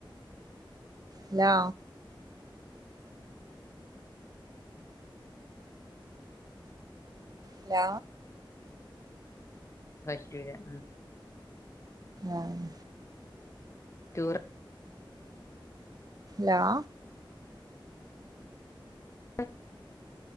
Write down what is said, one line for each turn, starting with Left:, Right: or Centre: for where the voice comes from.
Right: ഹലോ ഇല്ല
Left: പറ്റൂല്ല ഉം
Right: ആഹ്
Left: ടൂറ്
Right: ഹലോ
Left: <unintelligible>